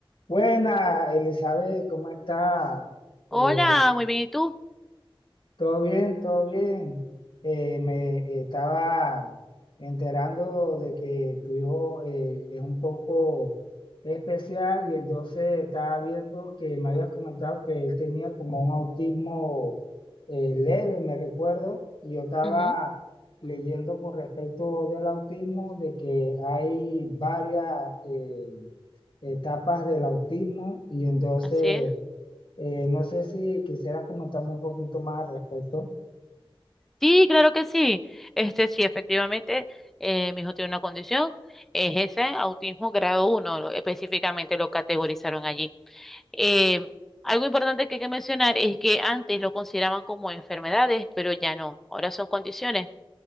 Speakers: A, on the left; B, in the centre.
A: Buena, Elizabeth, ¿cómo está? Eh,
B: Hola,
A: aquí-
B: muy bien, ¿y tú?
A: todo bien, todo bien. Eh, me eh, estaba enterando de que tu hijo eh, es un poco especial y entonces estaba viendo que me habías comentado que él tenía como un autismo eh, leve, me recuerdo, y yo estaba
B: Ujú,
A: leyendo con respecto del autismo de que hay varias... eh, etapas del autismo y entonces
B: Así es.
A: eh, no sé si quisiera comentarme un poquito más al respecto.
B: Sí, claro que sí. Este sí, efectivamente, eh, mi hijo tiene una condición, es ese autismo grado uno, lo- específicamente lo categorizaron allí. Eh, algo importante que hay que mencionar es que antes lo consideraban como enfermedades, pero ya no, ahora son condiciones